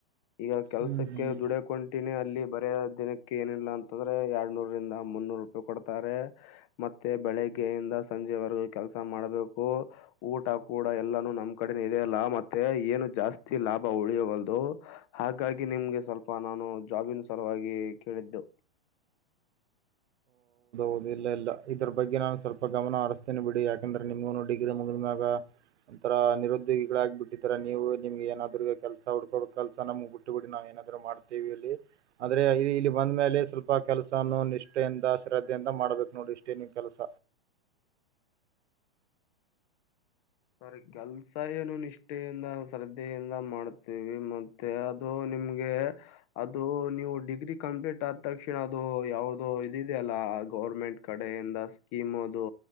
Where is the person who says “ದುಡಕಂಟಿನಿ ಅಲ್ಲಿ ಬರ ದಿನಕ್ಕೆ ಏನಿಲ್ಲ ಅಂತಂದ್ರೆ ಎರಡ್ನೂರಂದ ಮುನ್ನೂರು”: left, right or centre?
Left